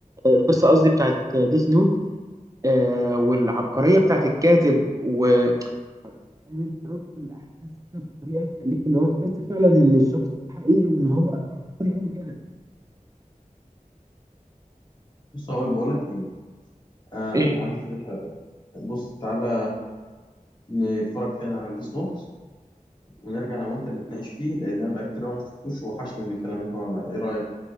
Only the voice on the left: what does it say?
بص هقول بقول لك ايه آه
انا عندي فكره حلوه قوي بص تعالى نتفرج تاني على ديس نوت ونرجع انا وانت نتناقش فيه لان انا بقى كتير قوي ما شفتوش وحشني من الكلام اللي احنا قلناه ايه رايك